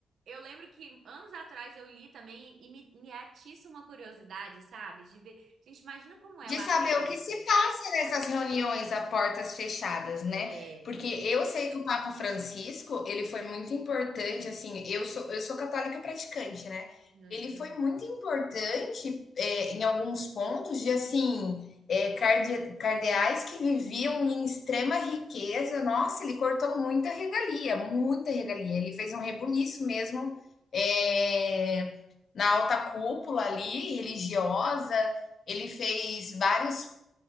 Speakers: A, on the right; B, on the left.
A: eu lembro que anos atrás eu li também e me, me atiça uma curiosidade, sabe? De ver. Gente, imagina como é
B: de
A: lá
B: saber
A: dentro.
B: o que se passa nessas reuniões a portas fechadas, né?
A: É.
B: Porque eu sei que o Papa Francisco, ele foi muito importante, assim, eu sou, eu sou católica praticante, né?
A: hum, Uhum,
B: Ele foi muito importante é, em alguns pontos de, assim, é, carde- cardeais que viviam em extrema riqueza. Nossa, ele cortou muita regalia, muita regalia. Ele fez um rebuliço mesmo é, na alta cúpula ali, religiosa, ele fez vários